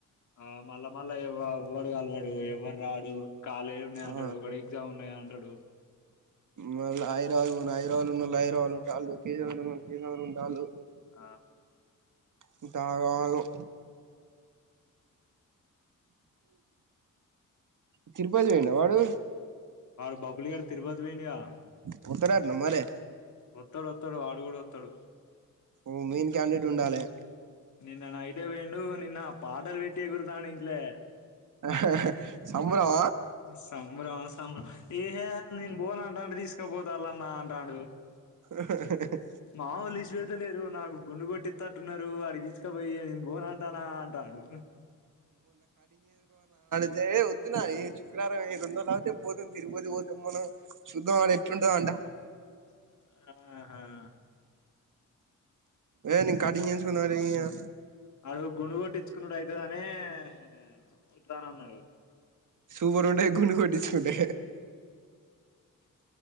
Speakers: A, on the left; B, on the right.
A: ఆ మళ్ళా మళ్ళా ఎవ్వడు కలవాడు ఎవ్వడు రాడు కాలేజ్ ఉన్నాయ
B: ఆ
A: అంటాడు ఒకడు ఎగ్జామ్ ఉన్నాయ అంటాడు
B: మళ్ళీ హైదరాబాద్ హైదరాబాదులో ఉన్నోళ్లు హైదరాబాద్లో ఉంటాళ్లు కె సముద్రంలో కే సముద్రంలో ఉంటాళ్ళు
A: ఆ
B: అంత ఆగమాగం తిరుపతి పోయిండా వాడు
A: వాడు బబుల్ గాడు తిరుపతి పోయిండుగా
B: పోతారట్ల మరి
A: వత్తాడు వత్తాడు వాడు కూడా వత్తాడు
B: ఓ మెయిన్ క్యాండెట్ ఉండాలే
A: నిన్న నైటే పోయిండు నిన్న పాటలు పెట్టి ఎగురుతాండు ఇంట్లే
B: హా హా సంభ్రమా
A: సంబరం సంబరం ఏహే నేను బోన అంటాడు తీసుకపోతాళ్న్నా అంటాడు
B: <inaudible>
A: మావోల్లు ఇడిస పెడతా లేరు నాకు గుండు కొట్టి అంటున్నారు అడిగి తీసుకపోయి నేను బోన అంటానా అంటాను
B: అదే వద్దునా ఈ శుక్రారం రండు రజు అతే పోతుంది తిగిపోతే పోద్ <unintelligible> ను చూద్దాం అడ ఎట్ల ఉంటదో అంట
A: ఆహా
B: ఏ నేను కటింగ్ చేయించుకుందాం రా
A: వాడు గుండు కొట్టిచ్చుకునుడు అయితదనే ఆ వత్తానన్నడు
B: సూపర్ ఉండే గుండు కొట్టించుకుంటే